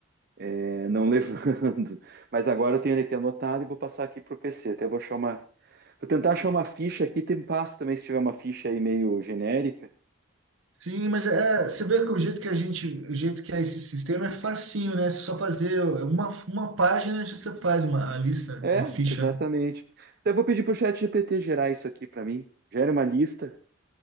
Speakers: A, on the right; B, on the right.
A: é, não <laughs> levando. Mas agora eu tenho ele aqui anotado e vou passar aqui pro PC. Até vou achar uma. Vou tentar achar uma ficha aqui, tem passo também se tiver uma ficha aí meio genérica.
B: Sim, mas é, você vê que o jeito que a gente, o jeito que é esse sistema é facinho, né? Só fazer uma, uma página, já você faz uma a lista,
A: É,
B: uma ficha,
A: exatamente.
B: né?
A: Até vou pedir pro chat GPT gerar isso aqui para mim. Gera uma lista